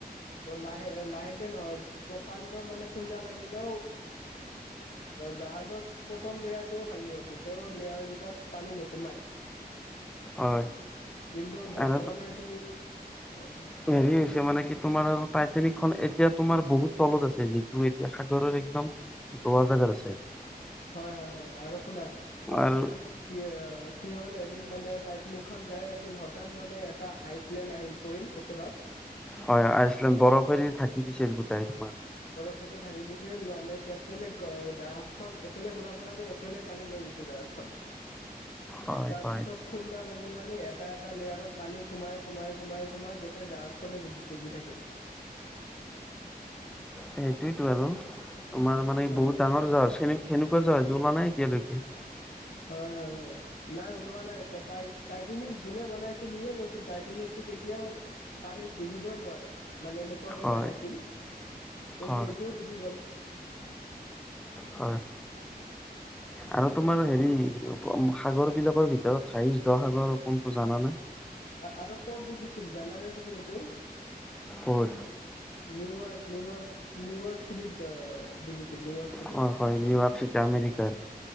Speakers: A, on the left; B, in the centre.
A: লাহে লাহেক নহয়, প্ৰকাণ্ড মানে খুন্দা লাগিলেও জাহাজৰ প্ৰথম লেয়াৰটোৱে ভাঙিব, ভিতৰৰ লেয়াৰ কেইটাত পানী নোসোমাই।
B: হয়,
A: কিন্তু
B: অ'।
A: ভগৱানৰ এইটো, অ'।
B: হেৰি কি হৈছে মানে সেই তোমাৰ টাইটেনিক খন এতিয়া তোমাৰ বহুত তলত আছে, যিটো এতিয়া সাগৰৰ একদম গোৱা যাগাত আছে।
A: হয় হয় হয় আৰু শুনা, তাৰপিছত
B: আৰু
A: কি কি হ'ল, এদিন মানে টাইটানিক খন যাই আছিল। হঠাৎ মানে এটা আইচলেণ্ড আহিম পৰিল ওচৰত।
B: হয়, আইচলেণ্ড বৰফেদি থাকি দিছে গোটাই তোমাক।
A: সৈতে ঢাকি দিছে, লোৱা নাই কেপ্টেইনে জাহাজ খন সেইফালে ঘূৰাব লাগে, এইফালে টানি লৈ গৈছে জাহাজখন।
B: হয়
A: তাৰপিছত
B: হয়
A: খুন্দা লাগিল মানে, এটা এটা লেয়াৰত পানী সোমাই সোমাই, সোমাই সোমাই গোটেই জাহাজখনে ডুবি থাকিল।
B: সেইটোৱেটো আৰু তোমাৰ মানে
A: হয়
B: বহুত ডাঙৰ
A: হয় হয়
B: জাহাজ খিনি সেনেকুৱা জাহাজ ওলোৱা নাই এতিয়ালৈকে।
A: হয় হয় হয়। নাই ওলোৱা নাই এতিয়া, তাই টাইটেনিক যোনে বনাইছিল। সিয়ে কৈছিল, টাইটেনিকটো কেতিয়াও পানীত ডুবিবই নোৱাৰে, মানে এনেকুৱাকে
B: হয়
A: বনাইছিল কিন্তু
B: হয়
A: এইটোও ডুবি গ'ল।
B: হয় হয়। আৰু তোমাৰ হেৰি, সাগৰ বিলাকৰ ভিতৰত হাইছ দ সাগৰ কোনটো জানানে?
A: আৰু ক'ত ডুবিছিল জানানে তুমি এইটো।
B: ক'ত?
A: নিউয়ৰ্ক নিউয়ৰ্ক, নিউয়ৰ্ক চিটিত ডুবিছিল নিউয়ৰ্ক। চিটিত
B: হয় হয়, নিউয়ৰ্ক চিটি আমেৰিকাৰ।